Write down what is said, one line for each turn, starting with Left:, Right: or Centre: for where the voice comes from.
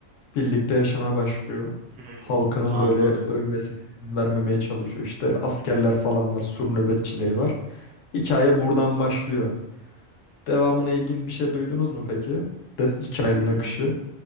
Left: birlikte yaşamaya başlıyor.
Right: Hmm,
Left: Halkının
Right: anladım.
Left: böyle ölmesine izin vermemeye çalışıyor. İşte askerler falan var, sur nöbetçileri var. Hikaye buradan başlıyor. Devamına ilgin bir şey duydunuz mu peki? De hikayenin
Right: Y-
Left: akışı.